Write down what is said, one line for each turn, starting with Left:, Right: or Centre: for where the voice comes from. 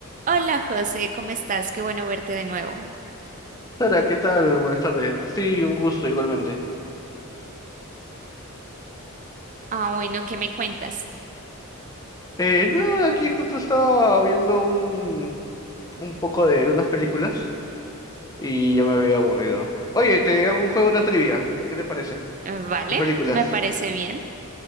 Right: Hola José, ¿cómo estás? Qué bueno verte de nuevo.
Left: Sara, ¿qué tal? Buenas tardes. Sí, un gusto igualmente.
Right: Ah, bueno, ¿qué me cuentas?
Left: Eh, no, aquí justo estaba viendo un, un poco de unas películas y ya me había aburrido. Oye, te hago un juego, una trivia. ¿Qué te parece?
Right: Eh, Vale,
Left: De películas.
Right: me parece bien.